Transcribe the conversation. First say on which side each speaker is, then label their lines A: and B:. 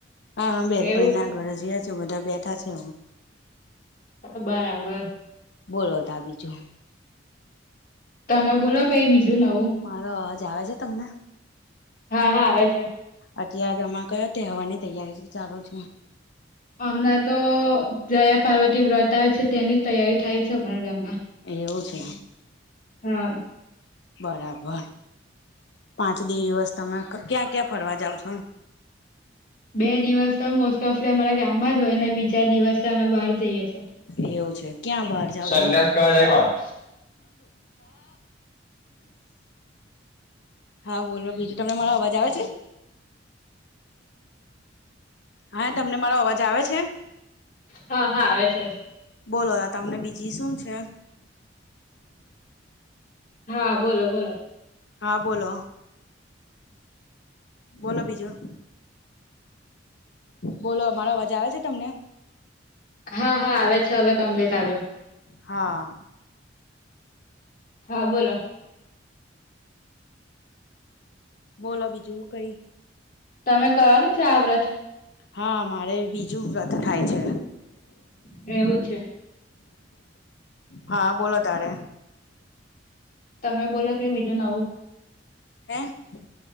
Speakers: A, on the left (about 65°); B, on the left (about 45°).
A: હા બેનપણી
B: એવું છે
A: ના ઘરે જઈએ છીએ બધા બેઠા છે.
B: બરાબર.
A: બોલો તો બીજું.
B: તમે બોલો કઈ બીજું નવું.
A: મારો અવાજ આવે છે તમને?
B: હા હા આવે છે.
A: અત્યારે કયો તે હવાની તૈયારી ચાલુ છે.
B: હમણાં તો જયા પાર્વતી વ્રત આવે છે તેની તૈયારી થાય છે અમારા ગામમાં.
A: એવું છે.
B: હા
A: બરાબર. પાંચ દિવસ તમે ક્યાં ક્યાં ફરવા જાવ છો?
B: બે દિવસ તો મોસ્ટ ઓફ અમારા ગામમાં જ હોય ને બીજા દિવસે અમે બહાર જઈએ છીએ.
A: એવું છે ક્યાં બહાર જાવ
B: સંડાસ
A: છો?
B: કરવા જાય વાત
A: હા બોલો બીજું તમને મારો અવાજ આવે છે? હા તમને મારો અવાજ આવે છે?
B: હા હા આવે છે.
A: બોલો તમને બીજી શું છે?
B: હા બોલો બોલો.
A: હા બોલો બોલો બીજું. બોલો અમારો અવાજા આવે છે તમને?
B: હા હા આવે છે હવે કમ્પ્લીટ આવ્યો.
A: હા
B: હા બોલો
A: બોલો બીજું કઈ
B: તમે કરવાના છે આ વ્રત?
A: હા મારે બીજું વ્રત થાય છે.
B: એવું છે.
A: હા બોલો તારે
B: તમે બોલો કઈ બીજું નવું.
A: હે <unintelligible>